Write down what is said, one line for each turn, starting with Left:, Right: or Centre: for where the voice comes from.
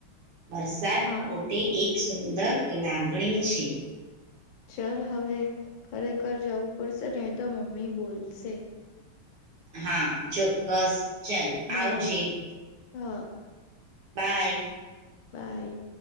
Right: વરસાદ
Left: હા
Right: પોતે એક સુંદર. લાગણી છે.
Left: ચાલ હવે ખરેખર જવું પડશે નહી તો મમ્મી બોલશે.
Right: હા ચો. બસ ચલ
Left: બાય
Right: આવજે.
Left: હા.
Right: બાય.
Left: બાય.